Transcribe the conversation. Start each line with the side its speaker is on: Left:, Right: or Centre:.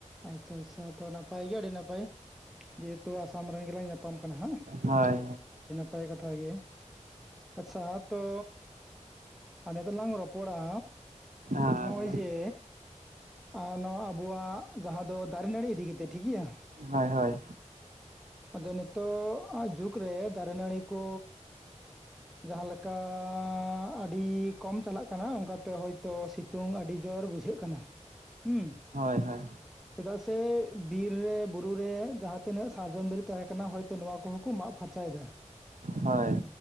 Centre: ᱟᱪᱪᱷᱟ ᱟᱪᱪᱷᱟ ᱛᱚ ᱱᱟᱯᱟᱭ ᱜᱮ ᱟᱹᱰᱤ ᱱᱟᱯᱟᱭ᱾ ᱡᱮ ᱦᱮᱛᱩ ᱟᱥᱟᱢ ᱨᱮᱱ ᱜᱮᱞᱟᱝ ᱧᱟᱯᱟᱢ ᱠᱟᱱᱟ ᱦᱟ᱾
Right: ᱦᱳᱭ
Centre: ᱱᱟᱯᱟᱭ ᱠᱟᱛᱷᱟ ᱜᱮ ᱟᱪᱪᱷᱟ ᱛᱚᱼᱼ ᱟᱨ ᱱᱤᱛᱚᱜ ᱞᱟᱝ ᱨᱚᱯᱚᱲᱟ
Right: ᱟᱨ
Centre: ᱱᱚᱼᱚᱭ ᱡᱮᱼᱼ ᱟ ᱱᱚᱣᱟ ᱟᱵᱚᱣᱟᱜ ᱡᱟᱦᱟᱸ ᱫᱚ ᱫᱟᱨᱮ ᱱᱟᱹᱲᱤ ᱤᱫᱤ ᱠᱟᱛᱮ ᱴᱷᱤᱠ ᱜᱮᱮᱭᱟ᱾
Right: ᱦᱳᱭ, ᱦᱳᱭ
Centre: ᱟᱫᱚ ᱱᱤᱛᱚ ᱟ ᱡᱩᱜᱽ ᱨᱮ ᱫᱟᱨᱮ ᱱᱟᱹᱲᱤ ᱠᱚᱼᱼ ᱡᱟᱦᱟᱸᱞᱮᱠᱟ ᱟᱹᱰᱤ ᱠᱚᱢ ᱪᱟᱞᱟᱜ ᱠᱟᱱᱟ ᱚᱱᱠᱟᱛᱮ ᱦᱳᱭᱛᱚ ᱥᱤᱛᱼᱼ ᱥᱤᱛᱝ ᱟᱹᱰᱤ ᱡᱳᱨ ᱵᱩᱡᱷᱟᱹᱜ ᱠᱟᱱᱟ ᱦᱩᱸ᱾
Right: ᱦᱳᱭ ᱦᱳᱭ,
Centre: ᱪᱮᱫᱟᱜ ᱥᱮ ᱵᱤᱨ ᱨᱮ ᱵᱩᱨ ᱨᱮ ᱡᱟᱦᱟᱸ ᱛᱤᱱᱟᱹᱜ ᱥᱟᱨᱡᱚᱢ ᱫᱟᱨᱤᱼᱼ ᱛᱟᱦᱮᱸ ᱠᱟᱱᱟ ᱦᱚᱭᱛᱳ ᱱᱚᱣᱟ ᱠᱚᱦᱚᱸ ᱠᱚ ᱢᱟᱜ ᱯᱷᱟᱨᱪᱟ ᱭᱮᱫᱟ᱾
Right: ᱦᱳᱭ